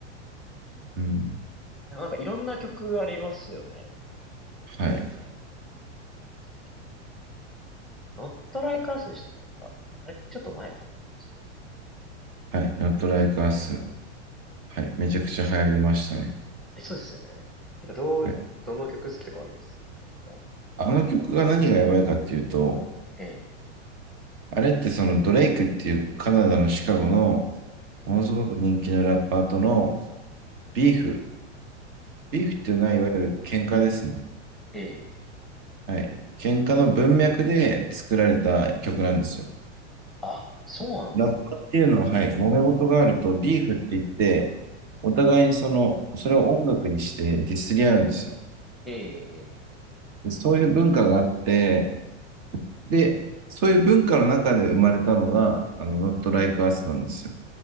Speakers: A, on the right; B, in the centre.
A: うん、
B: でもなんかいろんな曲ありますよね。
A: はい、
B: なんでだっけノットライカースでしたっけなんか、あれ、ちょっと前かも。それ
A: はい、Not Like Us。はい、めちゃくちゃ流行りましたね。
B: え、そうですよね。なんかどう、
A: はい、
B: どの曲好きとかありますケンドリック・ラマー
A: あの曲が何がやばいかっていうと、
B: ええ、
A: あれってそのドレイクっていうカナダのシカゴの
B: ええ、
A: ものすごく人気のラッパーとのビーフ。ビーフっていうのはいわゆる喧嘩ですね。
B: うんええ、
A: はい。喧嘩の文脈で作られた曲なんですよ。
B: あ、そうなんですね。
A: ラッパーっていうのは、はい、揉め事があるとビーフって言って、お互いにその、それを音楽にしてディスり合うんですよ。
B: ええ、ええ、
A: で、そういう文化があって、で、そういう文化の中で生まれたのが、あの、Not Like Us なんですよ。